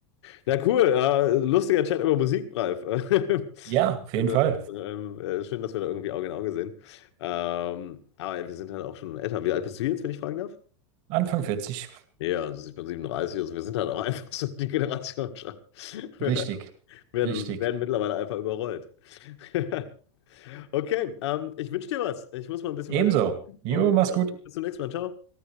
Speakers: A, on the left; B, on the right.
A: Na cool, äh, lustiger Chat über Musik, Ralf. <laughs>
B: Ja, auf jeden
A: Alter,
B: Fall.
A: ähm, äh, schön, dass wir da irgendwie Auge in Auge sehen. Ähm, aber ja, wir sind halt auch schon älter. Wie alt bist du jetzt, wenn ich fragen darf?
B: Anfang vierzig.
A: Ja, also ich bin 37, also wir sind halt auch <laughs> einfach so die Generation schon. Wir
B: Richtig,
A: werden,
B: richtig.
A: werden mittlerweile einfach überrollt. <laughs> Okay, ähm, ich wünsche dir was. Ich muss mal ein bisschen weiter
B: Ebenso. Jo,
A: und
B: mach's
A: äh,
B: gut.
A: bis zum nächsten Mal. Ciao.